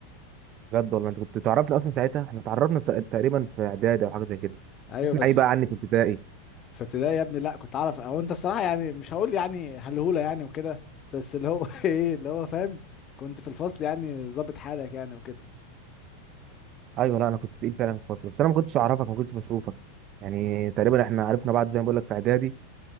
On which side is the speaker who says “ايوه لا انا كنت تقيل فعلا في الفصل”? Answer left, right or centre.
Right